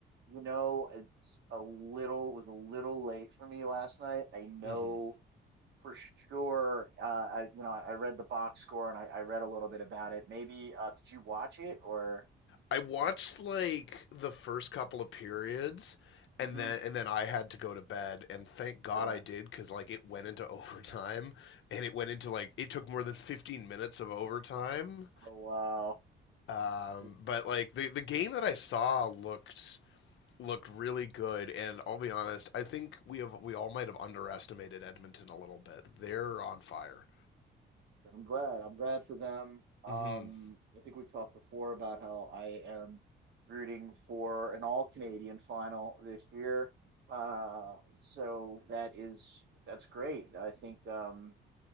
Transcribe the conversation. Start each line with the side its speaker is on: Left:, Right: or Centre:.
Right: You know, it's a little was a little late for me last night. I know
Left: hmm
Right: for sure. Uh, I you know I, I read the box score and I, I read a little bit about it. Maybe uh, did you watch it or?
Left: I watched like the first couple of periods, and
Right: Mm-hmm.
Left: then and then I had to go to bed. And thank God
Right: Sure.
Left: I did, because like it went into <laughs> overtime, and it went into like it took more than 15 minutes of overtime.
Right: Oh wow.
Left: Um,
Right: Yeah,
Left: but like the the game that I saw looked looked really good, and I'll be honest, I think we have we all might have underestimated Edmonton a little bit. They're on fire.
Right: I'm glad. I'm glad for them. Um,
Left: Mm-hmm.
Right: I think we've talked before about how I am rooting for an all Canadian final this year. Uh, so that is that's great. I think um